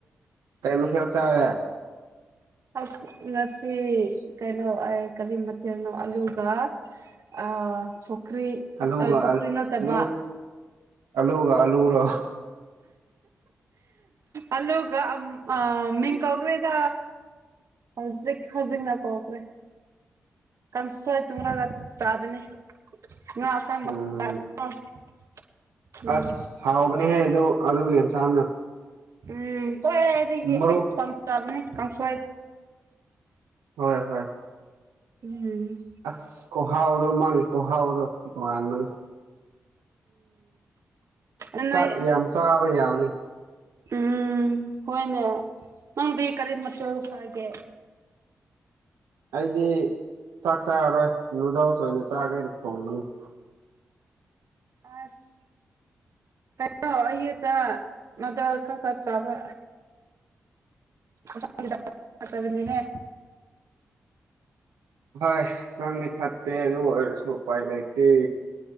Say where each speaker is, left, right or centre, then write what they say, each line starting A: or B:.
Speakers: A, on the right; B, on the right.
A: ꯀꯩ ꯃꯊꯦꯜ ꯆꯥꯔꯦ
B: ꯑꯁ ꯉꯁꯤ ꯀꯩꯅꯣ ꯀꯔꯤ ꯃꯊꯦꯜꯅꯣ ꯑꯜꯂꯨꯒ ꯑ ꯁꯒ꯭ꯔꯤ
A: ꯑꯂꯨꯒ
B: ꯑ ꯁꯒ꯭ꯔꯤ
A: ꯑꯂꯨ
B: ꯅꯠꯇꯕ
A: ꯑꯂꯨꯒ ꯑꯂꯨꯔꯣ
B: ꯑꯂꯨꯒ ꯑ ꯃꯤ ꯀꯥꯎꯒ꯭ꯔꯦꯗ ꯍꯧꯖꯤꯛ ꯈꯥꯖꯤꯡꯅ ꯍꯥꯎꯈ꯭ꯔꯦ ꯀꯥꯡꯁꯣꯏ ꯇꯨꯡꯔꯒ ꯆꯥꯕꯅꯦ ꯉꯥ ꯑꯀꯪꯕ
A: ꯎꯝ
B: <unintelligible> ꯎꯝ
A: ꯑꯁ ꯍꯥꯎꯕꯅꯦꯍꯦ ꯑꯗꯨ ꯑꯗꯨꯒꯤ ꯌꯦꯟꯁꯥꯡꯗꯣ
B: ꯎꯝ ꯍꯣꯏ
A: ꯃꯔꯨꯞ
B: <unintelligible> ꯀꯥꯡꯁꯣꯏ
A: ꯍꯣꯏ ꯍꯣꯏ
B: ꯎꯝ
A: ꯑꯁ ꯈꯨꯍꯥꯎꯗꯣ ꯃꯥꯥꯒꯤ ꯈꯨꯍꯥꯎꯗꯣ ꯇꯣꯉꯥꯟꯕꯅꯤ
B: ꯎꯝ ꯅꯣꯏ
A: ꯆꯥꯛ ꯌꯥꯝ ꯆꯥꯕ ꯌꯥꯕꯅꯤ
B: ꯎꯝ ꯍꯣꯏꯅꯦ ꯅꯪꯗꯤ ꯀꯔꯤ ꯃꯊꯦꯜ ꯆꯥꯒꯦ
A: ꯑꯩꯗꯤ ꯆꯥꯛ ꯆꯥꯔꯔꯣꯏ ꯅꯨꯗꯜꯁ ꯑꯣꯏꯅ ꯆꯥꯒꯦꯅ ꯊꯣꯡꯕꯅꯤ
B: ꯑꯁ ꯀꯩꯅꯣ ꯑꯌꯨꯛꯇꯥ ꯅꯨꯗꯜꯁ ꯈꯔ ꯈꯔ ꯆꯥꯕ ꯍꯛꯆꯥꯡꯗꯤ <unintelligible> ꯐꯠꯇꯥꯕꯅꯤꯍꯦ
A: ꯍꯣꯏ ꯍꯛꯆꯥꯡꯗꯤ ꯐꯠꯇꯦ ꯑꯗꯨ ꯑꯣꯏꯔꯁꯨ ꯎꯄꯥꯏ ꯂꯩꯇꯦ